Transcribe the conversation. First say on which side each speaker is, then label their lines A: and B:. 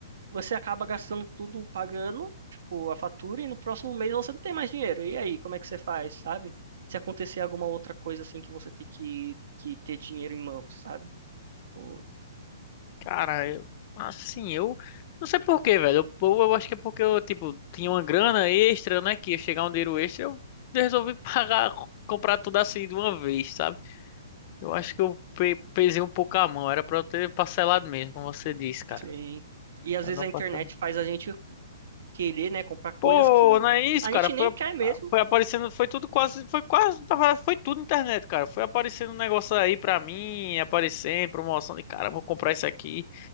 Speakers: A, on the right (about 65°); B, on the left (about 35°).
A: você acaba gastando tudo pagando, tipo, a fatura, e no próximo mês você não tem mais dinheiro. E aí, como é que você faz, sabe? Se acontecer alguma outra coisa assim que você tem que, que ter dinheiro em mãos, sabe? Tipo,
B: Cara, eu, assim, eu não sei por quê, velho. Eu, eu, eu acho que é porque eu, tipo, tinha uma grana extra, né? Que ia chegar um dinheiro extra, eu resolvi <laughs> pagar, comprar tudo assim de uma vez, sabe? Eu acho que eu pe- pesei um pouco a mão. Era pra eu ter parcelado mesmo, como você disse, cara.
A: Sim. E às
B: Pra
A: vezes
B: não
A: a internet
B: passar.
A: faz a gente querer, né, comprar coisas
B: Pô,
A: que
B: não é isso,
A: a
B: cara.
A: gente
B: Foi,
A: nem quer mesmo.
B: foi aparecendo, foi tudo quase, foi quase, na verdade, foi tudo internet, cara. Foi aparecendo um negócio aí pra mim, aparecendo, promoção de cara, vou comprar isso aqui.